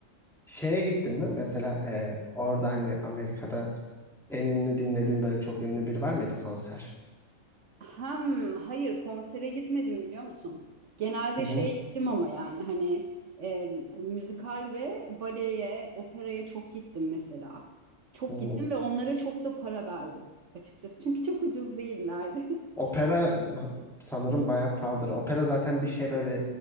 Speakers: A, in the centre; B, on the right.
A: Şeye gittin mi? Mesela e, orada hani Amerika'da en ünlü dinlediğin böyle çok ünlü biri var mıydı konser?
B: Hem hayır konsere gitmedim biliyor musun? Genelde
A: Hı hı.
B: şeye gittim ama yani hani e, müzikal ve baleye, operaya çok gittim mesela. Çok
A: Hmm.
B: gittim ve onlara çok da para verdim açıkçası. Çünkü çok ucuz değillerdi. <laughs>
A: Opera sanırım bayağı pahalıdır. Opera zaten bir şey böyle